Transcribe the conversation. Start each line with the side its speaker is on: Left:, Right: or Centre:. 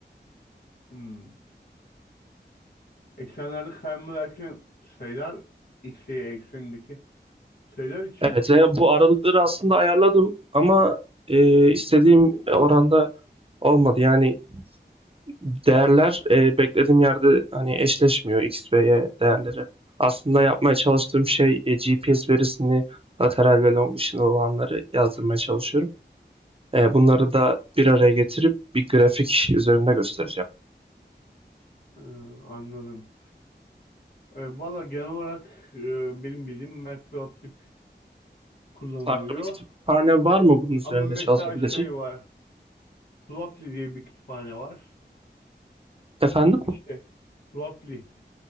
Left: Hmm. Eksenlerde kayma derken sayılar x, y eksenindeki sayılar için
Right: Evet,
Left: mi?
Right: e, bu aralıkları aslında ayarladım ama e, istediğim oranda olmadı. Yani Değerler eee, beklediğim yerde hani eşleşmiyor X ve Y değerleri. Aslında yapmaya çalıştığım şey eee, GPS verisini lateral ve longitudinal olanları yazdırmaya çalışıyorum. Eee, bunları da bir araya getirip bir grafik üzerinde göstereceğim.
Left: Ee, anladım. Ee, valla genel olarak e, benim bildiğim Matplotlib kullanılıyor.
Right: Farklı bir kütüphane var mı bunun üzerinde
Left: Ama mesela
Right: çalışabilecek?
Left: şey var. Plotly diye bir kütüphane var.
Right: Efendim?
Left: İşte Plotly